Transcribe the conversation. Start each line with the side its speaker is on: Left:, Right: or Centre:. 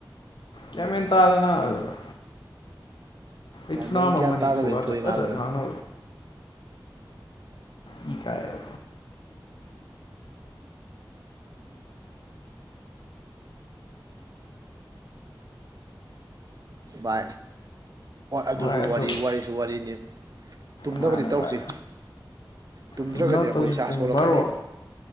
Left: ꯀꯌꯥꯝꯃꯦꯟ ꯇꯥꯗꯅ ꯑꯗꯨꯒ
Right: ꯚꯥꯏ
Left: ꯏꯠꯐꯅꯥ
Right: ꯃꯣꯏꯅ
Left: ꯑꯃꯃꯟ
Right: ꯒ꯭ꯌꯥꯟ ꯇꯥꯗꯕꯩ
Left: ꯏꯐꯥ
Right: ꯊꯣꯛꯏ
Left: ꯆꯠꯂ
Right: ꯉꯥꯛꯇꯅꯤ
Left: ꯆ ꯉꯅ ꯄ ꯀꯑ
Right: ꯚꯥꯏ ꯑꯗꯨꯁꯨ
Left: ꯚꯥꯏ ꯑꯗꯣ
Right: ꯋꯥꯔꯤ ꯋꯥꯔꯤꯁꯨ ꯋꯥꯔꯤꯅꯤ ꯇꯨꯝꯅꯕꯗꯤ
Left: ꯃꯥꯅꯦ
Right: ꯇꯧꯁꯤ
Left: ꯚꯥꯏ
Right: ꯇꯨꯝꯗ꯭ꯔꯒꯗꯤ
Left: ꯇꯨꯝꯅꯕ
Right: ꯑꯩꯈꯣꯏ
Left: ꯇꯧꯁꯤ
Right: ꯏꯁꯥ
Left: ꯄꯨꯡ
Right: ꯁꯣꯜꯂꯛꯀꯅꯤ
Left: ꯕꯥꯔꯣ